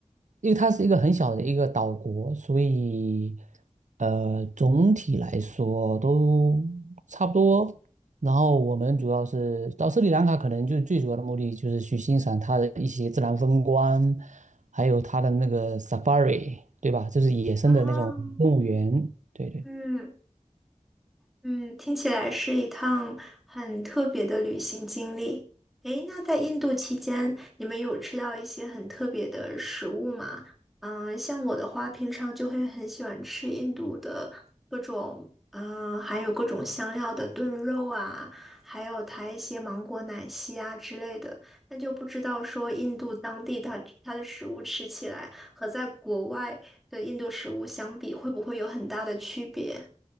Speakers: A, on the right; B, in the centre.
A: 因为它是一个很小的一个岛国，所以呃总体来说都差不多。然后我们主要是到斯里兰卡，可能就最主要的目的就是去欣赏它的一些自然风光，还有它的那个 safari，对吧？就是野生的那种动物园。
B: 啊，
A: 对对。
B: 嗯。嗯，听起来是一趟很特别的旅行经历。诶，那在印度期间，你们有吃到一些很特别的食物吗？嗯、像我的话，平常就会很喜欢吃印度的各种，嗯、还有各种香料的炖肉啊，还有它一些芒果奶昔啊之类的。但就不知道说印度当地它它的食物吃起来和在国外的印度食物相比，会不会有很大的区别？